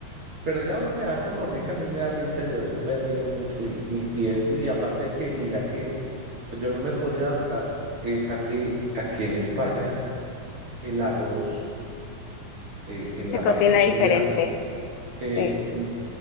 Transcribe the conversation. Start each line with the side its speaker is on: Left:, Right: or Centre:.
Right: pero ya a uno le da como risa, a mí me da risa, yo me río mucho y, y, y esto, y aparte de que mira que pues yo no me podía adaptar, es a que aquí en España el arroz eh, en la
Left: Se cocina
Right: parte de comida,
Left: diferente.
Right: eh,
Left: Sí.
Right: n-